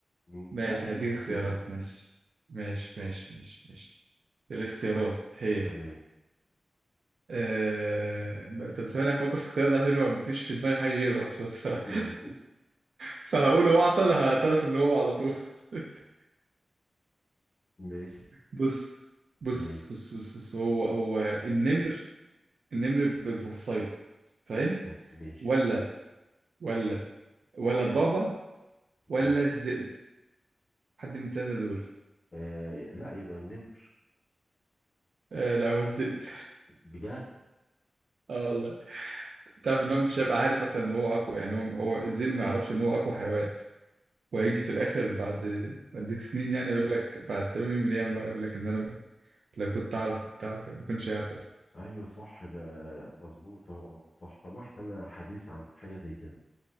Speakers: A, on the left; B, on the right.
A: مم.
B: ماشي
A: لا اديني
B: هديك
A: اختيارات
B: اختيارات ماشي ماشي
A: مم.
B: ماشي ماشي ماشي الاختيارات هي
A: تمام
B: آه... بس- طب ثواني هفكر في اختيارات ده عشان هو مفيش في دماغي حاجة غيره أصلا ف... <laughs>
A: مم.
B: فهقوله واعطل هعترف إن هو على طول <laughs>
A: ماشي
B: بص بص
A: تمام
B: بص بص, بص هو هو النمر النمر ب- بفصيله فاهم
A: ت- ماشي
B: ولا ولا ولا الضبع
A: مم.
B: ولا الذئب حد من التلاتة دول
A: آه لا يبقى النمر
B: آه لا هو الذئب
A: بجد
B: <laughs> اه والله تعرف ان هو مش هيبقى عارف اصلا ان هو اقوى يعني هو هو الذئب ما يعرفش ان هو اقوى حيوان وهيجي في الاخر بعد بعد سنين يعني يقول لك بعد تمام يوم القيامة بقى يقول لك ان انا لو كنت اعرف بتاع ما كنتش عارف اصلا
A: ايوه صح ده مظبوط اه آه، صح سمحت انا حديث عن حاجه زي كده